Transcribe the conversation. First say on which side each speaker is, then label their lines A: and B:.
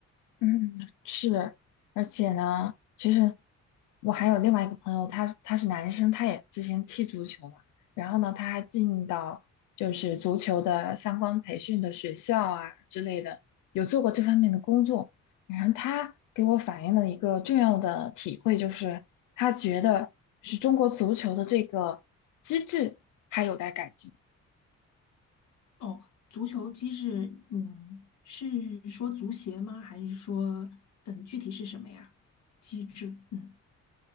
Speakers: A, on the left; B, on the left.
A: 嗯，是，而且呢，其实我还有另外一个朋友，他他是男生，他也之前踢足球嘛，然后呢，他还进到就是足球的相关培训的学校啊之类的，有做过这方面的工作。然后他给我反映了一个重要的体会，就是他觉得是中国足球的这个机制还有待改进。
B: 哦，足球机制，嗯，是说足协吗？还是说，嗯，具体是什么呀？机制，嗯